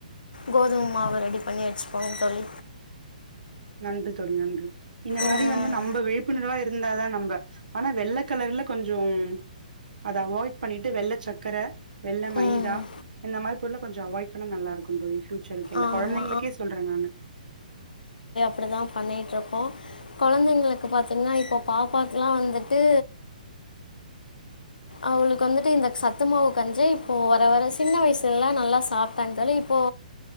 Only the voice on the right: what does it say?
நன்றி தோழி நன்றி இந்த மாரி
வந்து நம்ம விழிப்புணர்வா இருந்தாதான் நம்ம ஆனா வெள்ள கலர்ல கொஞ்சம் அத அவாய்ட் பண்ணிட்டு வெள்ள சக்கர வெள்ள மைதா
இந்த மாரி பொருளை கொஞ்சம் அவாய்ட் பண்ண நல்லா இருக்கும் தோழி ஃபியுச் சரிக்கல்ல
குழந்தைங்களுக்கே சொல்றே நானு